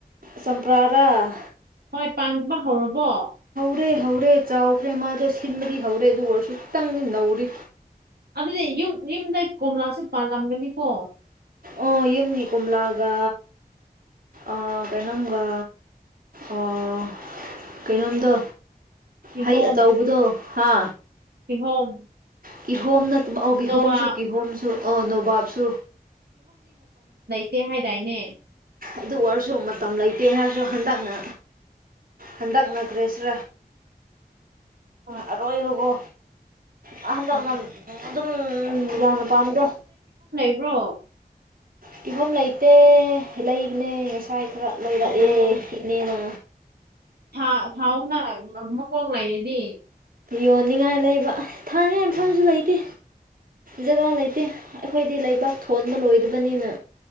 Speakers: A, on the right; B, on the right.
A: ꯆꯝꯄ꯭ꯔꯥꯔꯥ
B: ꯍꯣꯏ ꯄꯥꯟꯕ ꯍꯧꯔꯕꯣ
A: ꯍꯧꯔꯦ ꯍꯧꯔꯦ ꯆꯥꯎꯈ꯭ꯔꯦ ꯃꯥꯗꯣ ꯁꯤꯟꯕꯗꯤ ꯍꯧꯔꯦ ꯑꯗꯨ ꯑꯣꯏꯔꯁꯨ ꯈꯤꯇꯪꯗꯤ ꯅꯧꯔꯤ
B: ꯁꯤꯗꯤ <unintelligible> ꯌꯨꯝ ꯌꯨꯝꯗ ꯀꯣꯝꯂꯥꯁꯨ ꯄꯥꯜꯂꯝꯒꯅꯤꯀꯣ
A: ꯑꯣ ꯌꯨꯝꯒꯤ ꯀꯣꯝꯂꯥꯒꯥ ꯑꯥ ꯀꯩꯅꯣꯝꯒꯥ ꯑꯥ ꯀꯩꯅꯣꯝꯗꯣ
B: ꯀꯤꯍꯣꯝ
A: ꯍꯩ ꯑꯆꯧꯕꯗꯣ ꯍꯥ
B: ꯀꯤꯍꯣꯝ
A: ꯀꯤꯍꯣꯝꯅ ꯑꯧ ꯀꯤꯍꯣꯝꯁꯨ
B: ꯅꯣꯕꯥꯞ
A: ꯀꯤꯍꯣꯝꯁꯨ ꯑ ꯅꯣꯕꯥꯞꯁꯨ
B: ꯇ <unintelligible> ꯍꯥꯏꯗꯥꯏꯅꯦ
A: ꯑꯗꯨ ꯑꯣꯏꯔꯁꯨ ꯃꯇꯝ ꯂꯩꯇꯦ ꯍꯥꯏꯔꯁꯨ ꯍꯟꯗꯛꯅ ꯍꯟꯗꯛ ꯅꯠꯇ꯭ꯔꯁꯨ
B: ꯍꯣꯏ
A: ꯑꯔꯣꯏꯕꯕꯣ ꯍꯟꯗꯛꯅ
B: ꯑꯥ
A: ꯑꯗꯨꯝ ꯌꯥꯝꯅ ꯄꯥꯝꯃꯤꯗꯥ
B: ꯭ꯔꯣ
A: ꯀꯤꯍꯣꯝ ꯂꯩꯇꯦ ꯂꯩꯕꯅꯦ ꯉꯁꯥꯏ ꯈꯔ ꯂꯩꯔꯛꯑꯦ
B: ꯑꯣ
A: ꯏꯅꯦꯅꯥ
B: ꯊꯥ ꯊꯥꯎꯅ ꯃꯈꯣꯛ ꯂꯩꯔꯗꯤ
A: ꯌꯣꯟꯅꯤꯡꯉꯥꯏ ꯂꯩꯕ ꯊꯥꯅꯉꯥꯏ ꯃꯐꯝꯁꯨ ꯂꯩꯇꯦ ꯖꯒꯥ ꯂꯩꯇꯦ ꯑꯩꯈꯣꯏꯗꯤ ꯂꯩꯕꯥꯛ ꯊꯣꯟꯕ ꯂꯣꯏꯗꯕꯅꯤꯅꯥ